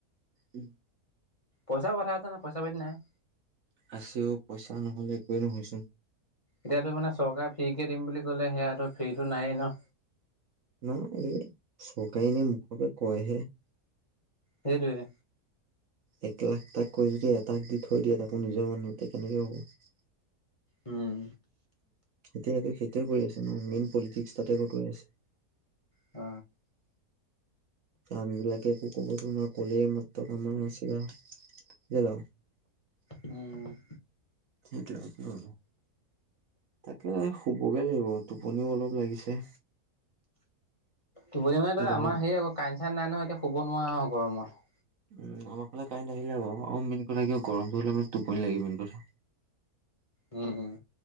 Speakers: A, on the right (about 60°); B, on the left (about 20°).
A: উম,
B: পইচাৰ কথা আছে ন, পইচা পাতি নাই।
A: আছেও পইচা নহলে একোৱে নহয়চোন।
B: এতিয়াতো মানে চৰকাৰে ফ্ৰী কে দিম বুলি কলে হেয়াটো ফ্ৰীটো নায়ে ন?
A: ন, এই চকায়েই নে মুখৰপা কয়হে।
B: সেইটোৱে।
A: এক লাখ তাককৈ যদি এটাক দি থৈ দিয়ে তাকো নিজৰ মানুহ নুটে কেনেকৈ হ'ব?
B: উম,
A: এতিয়ে তু সেইটোৱে কৰি আছে ন মেইন পলিটিক্স তাতে খটোৱাই আছে।
B: অ,
A: আমি বিলাকে একো ক'ব তো নোৱাৰোঁ ক'লেই এ, মাত্ৰ কামাৰ নিছিলা <unintelligible>
B: উম,
A: সেইটোৱে আৰু তাকে, শুব'গে লাগিব টোপনিও অলপ লাগিছে।
B: টোপনি মানে তই
A: গৰম
B: আমাৰ হে আকৌ কাৰেইন চাইন নাই নহয়, এতিয়া শুব নোৱাৰোঁ আৰু গৰমত।
A: উম, অ, আমাৰ ফালে কাৰেণ্ট আহিলে হ'ব অ, মেইন কথা মানে কিয় গৰমটো হলে মানে টোপনি লাগে মেইন কথা।
B: উম, উম